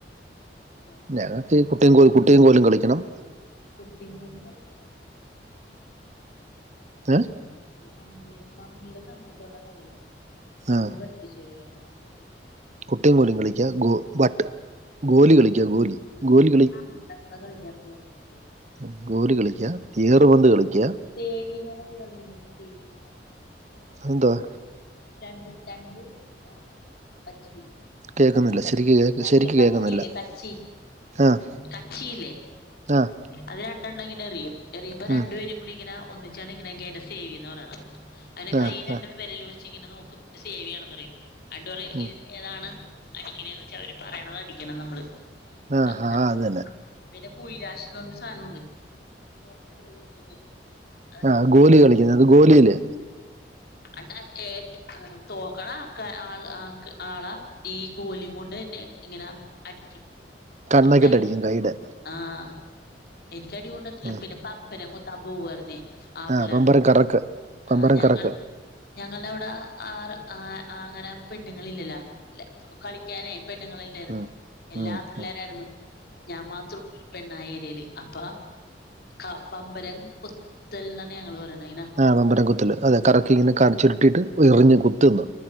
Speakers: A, on the left; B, on the right.
A: ആ, വിനോദം
B: ഞങ്ങക്കീ കുട്ടിയും കോ കുട്ടിയും കോലും കളിക്കണം
A: കുട്ടിയും കോലും കളിക്കാൻ ഞ വിള <unintelligible>
B: ഏഹ്
A: ആഹ് മമ്മീടെ മമ്മീടെ സമയത്തുള്ള കളിയാ അത്.
B: ആഹ്
A: മമ്മി പഠി പ്പിച്ച് തരുവായിരുന്നു. മമ്മി കളിക്കും ഞങ്ങളും
B: കുട്ടിയും കോലും കളിക്ക്യാ ഗോ ഭട്ട് ഗോലി കളിക്ക്യാ ഗോലി
A: ആഹ്
B: ഗോലി
A: ഞ <unintelligible> കളിക്കാൻ പോവായിരുന്നു ഗോലി
B: ഉം ഗോലി കളിക്ക്യാ ഗിയറ് പന്ത് കളിക്ക്യാ.
A: സേവിന്ന് പർഞ്ഞൊരു കളിണ്ടല്ലോ സേവീന <unintelligible>
B: അതെന്തുവാ
A: രണ്ട് രണ്ട് ആഹ് കച്ചിടും
B: കേൾക്കുന്നില്ല
A: കച്ചിട്ട്
B: ശരിക്ക് കേക്ക്
A: രണ്ട്
B: ശരിക്ക്
A: കച്ചില്ലേ
B: കേൾക്കുന്നില്ല
A: കച്ചി
B: ആഹ്
A: കച്ചിയില്ലേ
B: ആഹ്
A: അത് രണ്ടെണ്ണം ഇങ്ങനെ എറിയും എറിയുമ്പം രണ്ടുപേരും
B: ഉം
A: കൂടി ഇങ്ങനെ ഒന്നിച്ചാണ് നിക്ക്ണെങ്കി അയ്നെ സേവിന്നാ പറയണം അങ്നെ കൈ
B: ആഹ്
A: രണ്ട്
B: ആഹ്
A: വിരൽ വെച്ച് ഇങ്ങനെ നോക്കും ന്നട്ട് സേവി ആണെന്ന് പറയും അന്ന്ട്ട് പറയും
B: ഉം
A: ഇ ഏതാണ് അടിക്ക്ണേന്ന് വെച്ചാ അവര് പറയണത് അടിക്കണം നമ്മള്.
B: ആഹ്
A: അങ്ങനെ
B: ഹാ അത് തന്നെ
A: പിന്നെ കുഴിരാശി ന്ന് പർഞ്ഞിട്ടൊരു സാധനമുണ്ട് മൂന്ന് കുഴി കുഴിച്ചിട്ട് അതിന്
B: ആഹ് ഗോലി കളിക്കുന്നത് അത് ഗോലീല്
A: അന്ന്ട്ടാ ഏ ആണ്. തോക്കണ ആക്ക ആൾ ആ ആളാ ഈ ഗോലി കൊണ്ട് തന്നെ ഇങ്ങന അടിക്കും
B: കണ്ണൊക്കെട്ട്
A: അപ്പ കൈ
B: അടിക്കും
A: <unintelligible>
B: കൈയുടെ
A: ആഹ് എനിക്ക് അടി കൊണ്ടട്ടില്ല.
B: ഉം
A: പിന്നെ പമ്പരം കുത്താൻ പോവുമായിരുന്നേ ആമ്പള്ളേർടെ
B: ആഹ് പമ്പരം കറക്ക് പമ്പരം
A: ആഹ് ഞങ്ങൾട
B: കറക്ക്
A: ഞങ്ങൾടെ അവിടെ ആറ് ആഹ് അങ്ങനെ പെണ്ണുങ്ങളില്ലല്ലാ ല്ല കളിക്കാനേ പെണ്ണുങ്ങളല്ലായിരുന്ന്
B: ഉം
A: എല്ലാം
B: ഉം
A: ആമ്പിള്ളേരായിരുന്ന്.
B: ഉം
A: ഞാൻ മാത്രാണ് പെണ്ണായി ഏരിയേൽ അപ്പ ക പമ്പരം കുത്തൽന്നാണ് ഞങ്ങള് പറയ്ണ ഇങ്ങന
B: ആഹ് പമ്പരം കുത്തല് അതെ കറക്കി ഇങ്ങനെ കാണിച്ചുരുട്ടിട്ട് എറിഞ്ഞ് കുത്ത്ന്ന്